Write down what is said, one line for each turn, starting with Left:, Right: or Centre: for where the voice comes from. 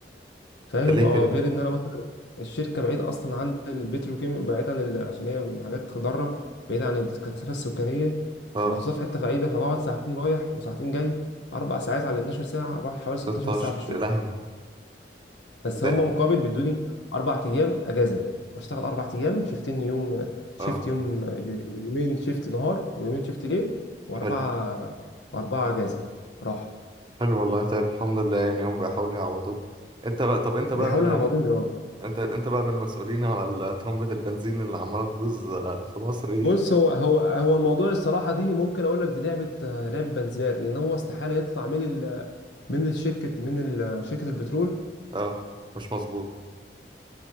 Left: فاهم
Right: ده ليه
Left: اه
Right: كده
Left: غير ان انا مثلا الشركه بعيد اصلا عن البتروكيمياء بعيد عن ال... عشان هي حاجات ضاره بعيد عن الكثافه السكانيه
Right: اه
Left: فمحطوطه في حته بعيده فبقعد ساعتين رايح وساعتين جاي اربع ساعات على 12 ساعه بقعد حوالي 16
Right: 16
Left: ساعه في الشغل
Right: يا لهوي
Left: بس
Right: ده
Left: هم مقابل بيدوني اربع ايام اجازه بشتغل اربع ايام شيفتين يوم شيفت
Right: اه
Left: يوم يومين شيفت نهار ويومين شيفت ليل واربعه
Right: حلو
Left: واربعه اجازه راحه
Right: حلو والله طيب الحمد لله يعني هم بيحاولوا يعوضوك انت بقى طب انت بقى
Left: بيحاولوا
Right: من
Left: يعوضوني
Right: الم...
Left: اه
Right: انت انت بقى من المسؤولين على ال- طرمبة البنزين اللي عمالة تبوظ آه، في مصر دي
Left: بص هو هو هو الموضوع الصراحه دي ممكن اقول لك دي لعبه آه، لعبه بنزينات لان هو استحاله يطلع من ال من الشركه من ال- شركه البترول
Right: اه مش مظبوط